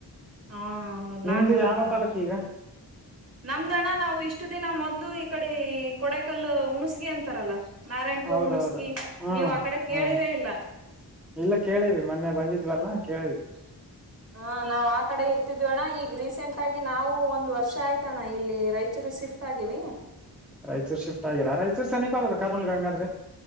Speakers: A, on the right; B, in the centre.
A: ಹ
B: ನಿಮ್ದು
A: ಲಾಂಗ್ ಆಗತ್ತಣ್ಣ
B: ಯಾವ ತಲ್ಲೂಕು ಈಗ
A: ನಮ್ದಣ್ಣ ನಾವು ಇಷ್ಟು ದಿನ ಮೊದ್ಲು ಈ ಕಡೆ ಕೊಡಕಲ್ ಉಣ್ಸ್ಗಿ ಅಂತಾರಲ್ಲ ನಾರಾಯಣ್ಪುರ್
B: ಹೌದೌದು
A: ಉಣಸ್ಗಿ
B: ಹ್ಮ್
A: ನೀವ್ ಆ ಕಡೆ ಕೇಳಿರ
B: ಹ್ಮ್
A: ಇಲ್ಲ
B: ಇಲ್ಲ ಕೇಳಿವವಿ ಮೊನ್ನೆ ಬಂದಿದ್ವಲ್ಲ ಕೇಳವಿ
A: <unintelligible> ಹಾ ನಾವ್ ಆ ಕಡೆ ಇರ್ತಿದ್ವ ಅಣ್ಣ ಈಗ ರೀಸೆಂಟ್ ಆಗಿ ನಾವು ಒಂದ್ ವರ್ಷ ಆಯ್ತಣ್ಣ ಇಲ್ಲಿ ರಾಯಚೂರು ಶಫ್ಟ್ ಗಾಗಿವ
B: ರಾಯಚೂರ್ ಶಿಫ್ಟ್ಗಿರಾ ರಾಯಚೂರು ಸೀಪ ಅದ ಕೋಲ್ ಹಂಗಾದ್ರೆ